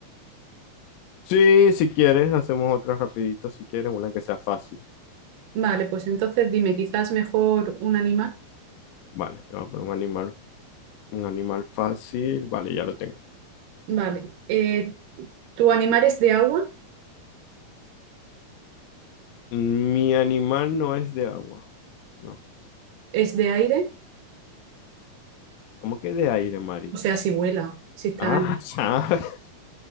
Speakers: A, on the left (about 80°); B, on the right (about 80°).
A: Sí, si quieres, hacemos otra rapidito, si quieres, una que sea fácil.
B: Vale, pues entonces dime, quizás mejor un animal.
A: Vale, te voy a poner un animal Un animal fácil. Vale, ya lo tengo.
B: Vale. Eh, ¿tu animal es de agua?
A: Mi animal no es de agua. No.
B: ¿Es de aire?
A: ¿Cómo que de aire, Mari?
B: O sea, si vuela, si está
A: Ah,
B: en...
A: <laughs> ya.